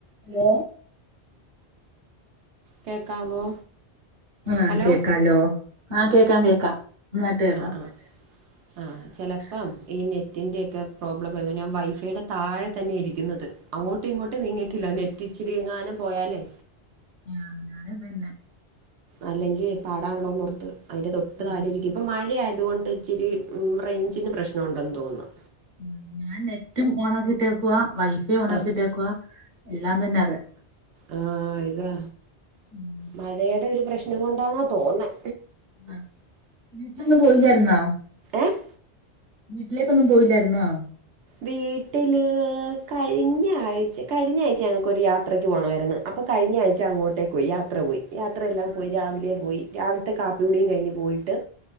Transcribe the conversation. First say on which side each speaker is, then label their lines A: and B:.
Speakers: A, on the right; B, on the right.
A: Hello.
B: കേക്കാവോ?
A: ആഹ്
B: hello
A: കേക്കാലോ ആഹ് കേക്കാം കേൾക്കാം ന്നായിട്ട് കേക്കാം.
B: ആഹ് ആഹ് ആഹ് ചെലപ്പം. ഈ നെറ്റിൻ്റെൊക്കെ പ്രോബ്ലം വരുന്നു ഞാൻ വൈഫൈയുടെ താഴെ തന്നെ ഇരിക്കുന്നത് അങ്ങോട്ടും ഇങ്ങോട്ട് നീങ്ങിട്ട് ഇല്ല നെറ്റിച്ചിരിങ്ങാനം പോയാലേ
A: ആഹ് ഞാന ഇതന്നെ.
B: അല്ലെങ്കിൽ പാടാണല്ലോന്നൊർത്ത്. അതിന്റെ തൊട്ട്
A: ഉം
B: താഴേ ഇരിക്ക ഇപ്പോം മഴ ആയതുകൊണ്ട് ഇച്ചിരി റേഞ്ചിന് പ്രശ്നമുണ്ടെന്ന് തോന്നുന്നു.
A: ഉം ഞാൻ നെറ്റും ഓണാക്കിട്ടേക്കുവ വൈഫൈ ഓണിക്കിട്ടേക്കുവാ
B: ആഹ്
A: എല്ലാം തന്നെ അതെ..
B: ആഹ് ഇതാ
A: ഉം
B: മഴയുടെ ഒരു പ്രശ്നം കൊണ്ടാന്നാ തോന്നേ?
A: ആഹ് വീട്ടിലൊന്നും പോയില്ലായിരുന്നോ?
B: ഏഹ്
A: വീട്ടിലേക്കൊന്നും പോയില്ലായിരുന്നോ?
B: വീട്ടില് കഴിഞ്ഞ ആഴ്ച കഴിഞ്ഞ ആഴ്ച ഞങ്ങൾക്കൊരു യാത്രക്ക് പോകണായിരുന്നു. അപ്പോൾ കഴിഞ്ഞ ആഴ്ച അങ്ങോട്ടേക്ക് പോയി യാത്ര പോയി യാത്രയെല്ലാം
A: ആഹ്
B: പോയി രാവിലെ പോയി രാവിലത്തെ കാപ്പി കൂടിയയും കഴിഞ്ഞ് പോയിട്ട്